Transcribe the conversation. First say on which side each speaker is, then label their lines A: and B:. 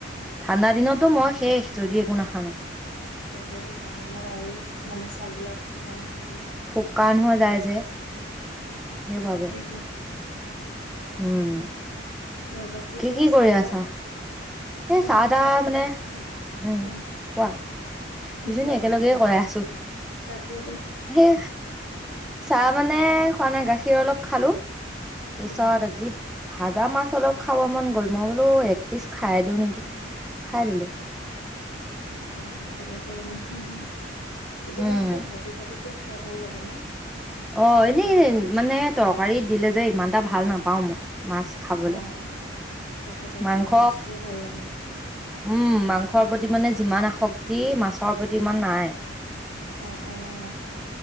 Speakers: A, in the centre; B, on the left (about 65°).
A: ঠাণ্ডা দিনতো মই শেষ যদি একো নাসানো।
B: তাকেতো ঠাণ্ডা দিনত আৰু মানে ছাল বিলাক- শুকান হৈ যায় ন
A: শুকান হৈ যায় যে। সেইবাবে
B: তাকেটো।
A: উম
B: আৰু বাকী এতিয়া
A: কি
B: চাহ
A: কৰি
B: তাহ,
A: আছা এ
B: মই
A: চাহ তাহ
B: তোমাৰ
A: মানে
B: এই আছো
A: উম
B: অ'।
A: কোৱা দুজনী
B: কোৱা
A: একেলগে
B: কোৱা তো
A: কৰাই আছো।
B: তাকেতো
A: সেই চাহ মানে খোৱা নাই, গাখীৰ অলপ খালোঁ। তে
B: অ
A: চৰ আজি ভাজা মাছ অলপ খাব মন গ'ল, মই বোলো এক পিছ খাই দিওঁ নেকি। খাই দিলোঁ।
B: আহ ভালেই কৰিলা। কেতিয়াবা
A: উম
B: এনেকে ভাজি থাকোতে খাই ভাল লাগে ন?
A: অ' এনেই মানে তৰকাৰী দিলে যে ইমান এটা ভাল নাপাও মই। মাছ খাবলৈ।
B: অ তাকেতো
A: মাংস,
B: ফ্ৰাই মাছটোৱে ভাল লাগে
A: উম মাংসৰ প্ৰতি প্ৰতি মানে যিমান আসক্তি মাছৰ প্ৰতি ইমান নাই।
B: অ' অ'